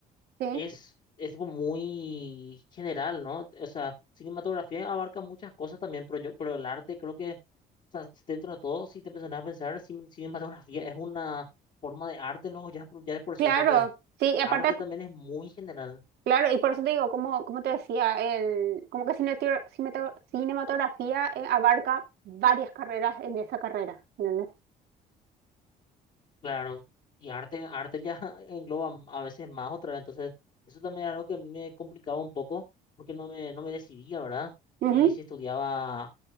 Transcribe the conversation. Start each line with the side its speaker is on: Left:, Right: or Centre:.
Right: sí,
Left: es, es tipo muy general, ¿no? O sea, cinematografía abarca muchas cosas también, pero yo, pero el arte creo que, o sea, dentro de todo, si te empiezas a pensar, cin- cinematografía es una forma de arte, luego ya, por- ya de por
Right: claro,
Left: sí, o sea que
Right: sí, y aparte
Left: arte también es muy general,
Right: Claro, y por eso te digo, como, como te decía, el, como que cineto- cineto- cinematografía eh, abarca varias carreras en esa carrera. ¿entendés?
Left: claro. Y arte, arte ya <laughs> engloba a veces más otra vez, entonces eso también es algo que a mí me complicaba un poco porque no me, no me decidía, ¿verdad?
Right: Ujú,
Left: si si estudiaba.